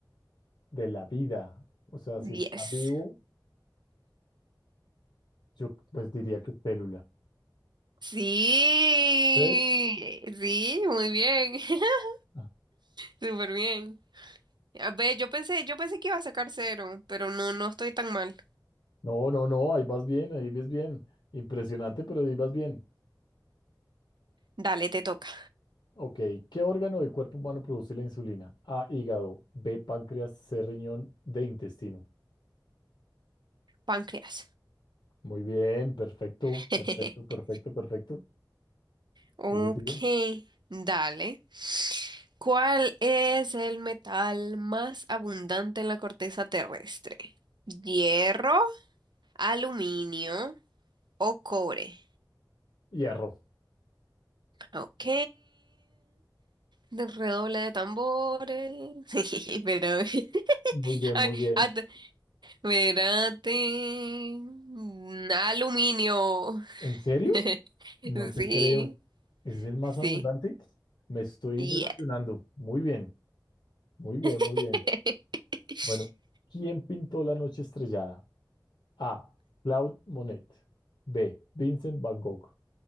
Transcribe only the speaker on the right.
Yes.
Sí,
sí, muy bien. <laughs>
Súper bien. A ver, yo pensé, yo pensé que iba a sacar cero, pero no, no estoy tan mal.
Dale, te toca.
Páncreas.
<laughs>
Ok,
dale. ¿Cuál es el metal más abundante en la corteza terrestre? ¿Hierro, aluminio o cobre?
Ok. Redoble de tambores. <laughs> Pero, <laughs>
ay,
at- espérate. Mm, Aluminio.
<laughs>
Sí,
sí.
Yes.
<laughs>